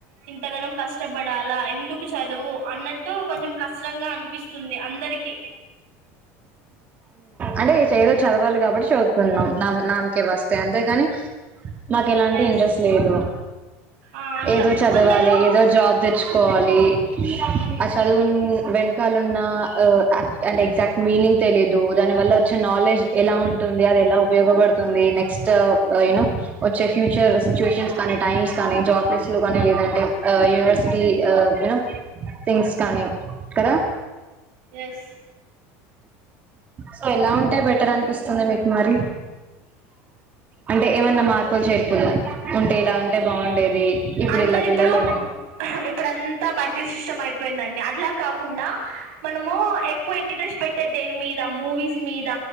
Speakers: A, on the right; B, on the right.
A: ఇంత గనం కష్టపడాలా ఎందుకు చదువు అన్నట్టు కొంచెం కష్టంగా అ ఉంది అందరికి
B: అంటే ఏదో చదవాలి కాబట్టి చదువుతున్నాం నామకే వస్తే అంతేగాని మాకు ఎలాంటి
A: ఎస్
B: ఇంట్రెస్ట్ లేదు
A: అట్లా
B: ఏదో చదవాలి
A: కొందరు
B: ఏదో జాబ్ తెచ్చుకోవాలి అ అ వె న్న అండ్ ఎగ్జాక్ట్ మీనింగ్ తెలిదు దాని వల్ల వచ్చే నాలెడ్జ్ ఎలా ఉంటుంది అది ఎలా ఉపయోగపడుతుంది నెక్స్ట్ యూనో వచ్చే ఫ్యూచర్ సిచ్యుయేషన్స్ కానీ టైమ్స్ కానీ జాబ్ లిస్ట్ లో కానీ లేదంటే యూనివర్సిటీ యన థింగ్స్ కానీ కదా
A: యెస్
B: సో ఎలా ఉంటే బెటర్ అనిపిస్తుంది మీకు మరి అంటే ఏమన్నా మా చెప్పులు చేర్పులు ఉంటే కిలా ఉంటే బాగుండేది
A: అందరి
B: ఇలా పిల్లలు
A: ఇప్పుడు ఇప్పుడంతా బట్టి స్ పోయిందండి అట్ల కాకుండా మనము ఎక్కువ ఇంట్రెస్ట్ పెట్టే దేని మీద మూవీస్ మీద